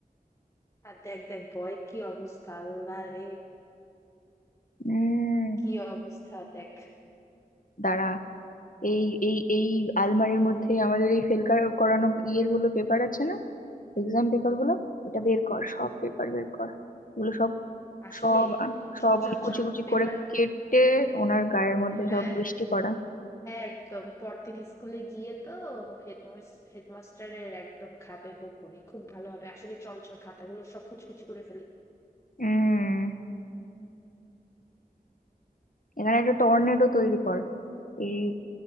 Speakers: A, on the left; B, on the left.
A: আর দেখ দেখ ভয় কি অবস্থা আল্লাহ রে
B: উম
A: কি অবস্থা দেখ
B: দাঁড়া এই এই এই আলমারির মধ্যে আমাদের এই ফেল করানো ইয়ের গুলো পেপার আছে না এক্সাম পেপার গুলো এটা বের কর সব পেপার বের কর এগুলো সব
A: আসলে
B: সব আ- সব
A: চল চল
B: অনেক কুচি
A: চল
B: কুচি
A: পেপার
B: করে কেটে ওনার গায়ের মধ্যে
A: হ্যাঁ
B: সব বৃষ্টি করা
A: একদম পরদিন স্কুলে গিয়ে তো হেডমিস হেডমাস্টারের একদম খাবে বকুনি খুব ভালো হবে আসলে চল চল খাতাগুলো সব কুচকুচি করে ফেলি
B: হুম এখানে একটা টর্নেডো তৈরি কর এই